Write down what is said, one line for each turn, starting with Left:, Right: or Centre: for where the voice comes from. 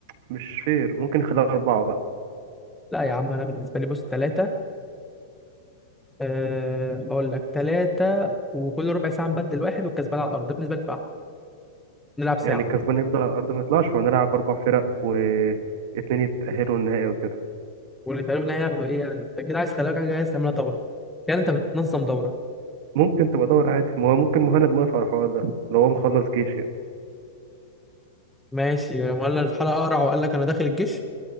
Right: مش فير ممكن نخليها أربعة بقى
Centre: لا يا عم انا بالنسبة لي بص ثلاثة أه اقول لك ثلاثة وكل ربع ساعة نبدل واحد والكسبان على الارض ده بالنسبة لي بقى أحلى. نلعب ساعة
Right: يعني الكسبان يفضل على الأرض ما يطلعش ونلعب أربع فرق واتنين يتأهلوا النهائي وكده
Centre: واللي تقريبا هياخدوا ايه يعني انت كده عايز خلي بالك حاجة عايز تعملها دورة يعني انت بتنظم دورة
Right: ممكن تبقى دور عادي ما هو ممكن مهند موافق على الحوار ده لو هو مخلص جيش يعني.
Centre: ماشي ولا الحلقة اقرع وقال لك انا داخل الجيش